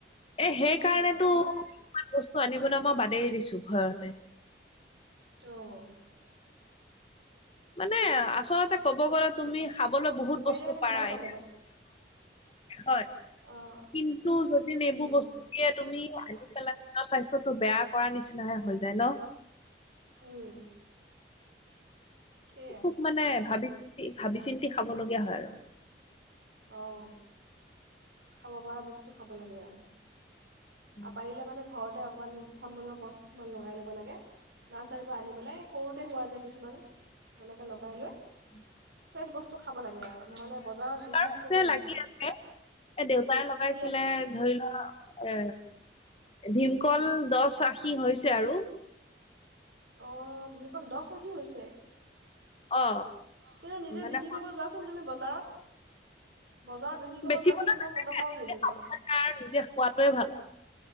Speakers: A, on the left; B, on the right.
A: এ
B: এইবিলাক
A: সেই কাৰণেতো
B: বস্তু মানুহক
A: কিছুমান বস্তু আনিবলৈ মই বাদেই দিছো। চুভাৰতে
B: অহ ',
A: মানে আচলতে। কব গলে
B: বহুত হৈছে
A: তুমি খাবলৈ বহুত
B: পাৰিলে
A: বস্তু
B: মানে
A: পাৰা
B: ঘৰতে লগাব
A: এতি হয়
B: অঁ
A: কিন্তু যদিবোৰ
B: উম
A: বস্তু তুমি। পেলাই নিজৰ স্বাস্থ্যটো বেয়া কৰা নিচিনাহে হৈ যায় ন।
B: উম। সেয়াই
A: খুব মানে ভাবিছ ভাবি চিন্তি খাবলগীয়া হয় আৰু।
B: অহ 'খাব পৰা বস্তু খাব লাগে আৰু।
A: উম।
B: পাৰিলে মানে ঘৰ তাতে অকণমান ফল মূলৰ গছ কিছুমান লগাই ল'ব লাগে নাৰ্চাৰীৰ পৰা আনি পেলাই সৰুতে হোৱা যায় কিছুমান এনেকৈ লগাই লৈ।
A: উম।
B: ফ্ৰেছ বস্তু খাব লাগে আৰু নহ'লে বজাৰত বিশ্বাস
A: বাৰু
B: কৰিব নোৱাৰি
A: লাগি আছে এ দেউতাই লগাইছিলে
B: কি আছে
A: ধৰি লোৱা। এ ভীমকল দহ আশী হৈছে আৰু।
B: অহ ', ভমুকল দহ আশী হৈছে। কিন্তু
A: অ
B: নিজে
A: মানে
B: বিক্ৰী কৰিব যোৱাচোন তুমি বজাৰত। বজাৰত বিক্ৰী কৰিব
A: বেচিব
B: যোৱাচোন তোমাক কেইটকাও নিদিব।
A: খাবলৈ কাৰ নিজে খোৱাটোৱে ভাল